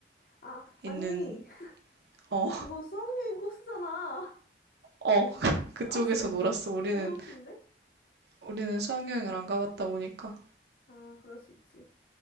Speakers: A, on the left; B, on the right.
A: 아,
B: 있는
A: 아니, <laughs>
B: 어
A: 그거 수학여행 코스잖아.
B: 어, <laughs>
A: <laughs>
B: 그쪽에서
A: 아, 진짜
B: 놀았어. 우리는
A: 너무 웃긴데?
B: 우리는 수학여행을 안 가봤다 보니까
A: 아, 그럴 수 있지.